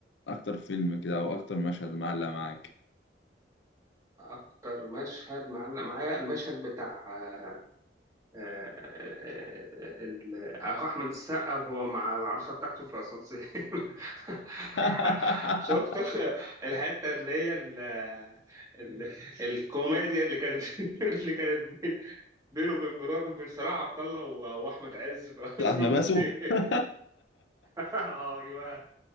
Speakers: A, on the left; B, on the right.
A: اكتر فيلم كده او اكتر مشهد معلق معاك
B: اكتر مشهد معلق معايا المشهد بتاع آه، آه، آه، ال- اخو احمد السقا وهو مع العروسه بتاعته في الاسانسير <laughs>
A: <laughs>
B: شفت الحته اللي هي ال ال الكوميديا اللي كانت <laughs> اللي كانت بين- بينه وبين مراته وبين صلاح عبد الله و- واحمد عز في الاسانسير
A: ساعة ما بسوا <laughs>
B: <laughs> آه، ايوه